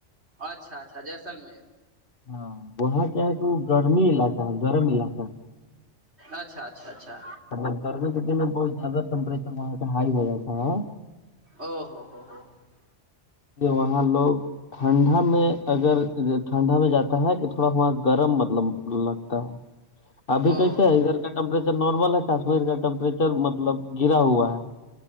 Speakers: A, on the right; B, on the left.
A: اچھا اچھا جیسلمیر
B: ہاں وہاں کیا ہے کہ وہ گرمی علاقہ ہے گرم علاقہ ہے
A: اچھا اچھا اچھا
B: م گرمی کے دن میں بہت زیادہ ٹیمپچر وہاں کاہائی ہو جائےتا ہاں
A: او ہو ہو ہو
B: وہاں لوگ ٹھنڈا میں اگر ٹھنڈا میں جاتا ہے کہ تھوڑا تھڑا گرم مطلب لگتا ہے ابھی
A: او
B: کیسے ہے ادھر کا ٹیمپریچر نارمل ہے کشمیر کا ٹیمپریچر مطلب گرا ہوا ہے